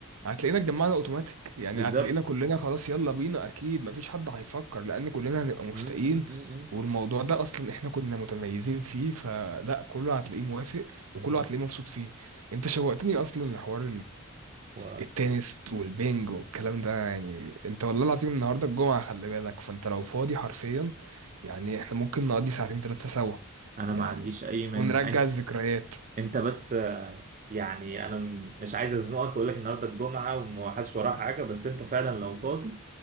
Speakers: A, on the right; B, on the right.
A: هتلاقينا اتجمعنا اوتوماتيك يعني
B: بالظبط
A: هتلاقينا كلنا خلاص يلا بينا اكيد مفيش حد هيفكر لان كلنا هنبقى مشتاقين
B: م- م- م-
A: والموضوع ده اصلا احنا كنا متميزين فيه فلا كله هتلاقيه موافق وكله
B: م- م.
A: هتلاقيه مبسوط فيه انت شوقتني اصلا لحوار
B: وأنا
A: التنس والبينجو والكلام ده يعني انت والله العظيم النهارده الجمعة خلي بالك فانت لو فاضي حرفيا يعني احنا ممكن نقضي ساعتين تلاتة سوا
B: ما
A: يعني
B: عنديش أي مانع
A: ونرجع
B: أنت
A: الذكريات
B: أنت بس آه، يعني أنا م- مش عايز أزنقك أقول لك النهاردة الجمعة وما حدش وراه حاجة بس أنت فعلا لو فاضي